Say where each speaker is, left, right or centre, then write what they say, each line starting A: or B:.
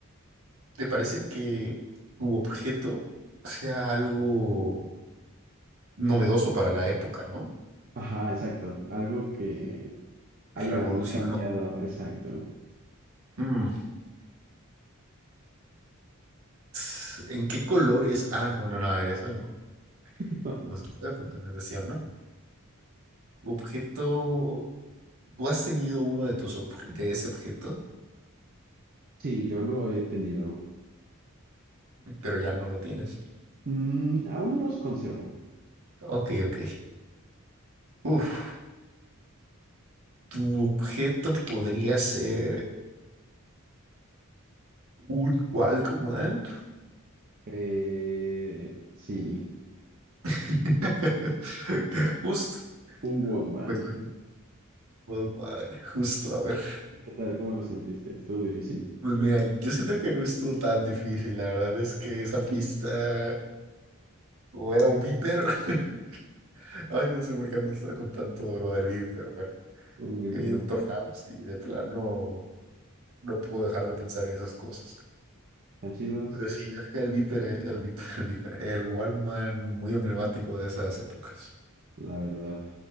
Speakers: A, on the right; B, on the right.
A: ¿Te parece que tu objeto sea algo novedoso para la época, ¿no?
B: Ajá, exacto. Algo que haya
A: Revolucionó.
B: cambiado, exacto.
A: Mm, tss, ¿En qué colores? Ah, no, bueno, no, a ver, eso no.
B: <laughs>
A: No se puede porque no es decisión, ¿no? Tu objeto. Tú has tenido uno de tus obje- de ese objeto,
B: Sí, yo lo he tenido.
A: pero ya no lo tienes.
B: Mm, aún los conservo.
A: Ok, ok. Uf, tu objeto podría ser un Walkman.
B: Eh, sí.
A: <laughs> Justo.
B: Un Walkman.
A: Pues, un Walkman, justo, a ver.
B: ¿Qué tal? ¿Cómo lo sentiste? ¿Estuvo difícil?
A: Pues mira, yo siento que no estuvo tan difícil, la verdad es que esa pista o era un viper, <laughs> ay, no sé por qué ando con tanto lo del viper, pero
B: Uy,
A: he
B: pues,
A: vi Doctor House y de plano no puedo dejar de pensar en esas cosas.
B: están chidos,
A: Pero sí, es que el viper, eh, el viper, <laughs> el viper, el Walkman muy emblemático de esas épocas.
B: la verdad.